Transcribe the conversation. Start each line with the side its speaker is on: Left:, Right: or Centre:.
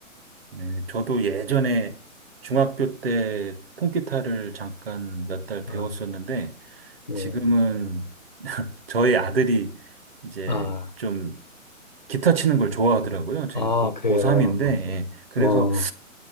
Right: 네, 저도 예전에 중학교 때 통기타를 잠깐 몇 달 배웠었는데
Left: 아, 뭐,
Right: 지금은 <laughs> 저희 아들이 이제
Left: 아,
Right: 좀 기타 치는 걸 좋아하더라고요. 지금
Left: 아,
Right: 고,
Left: 그래요.
Right: 고3인데, 그래서
Left: 어, 어,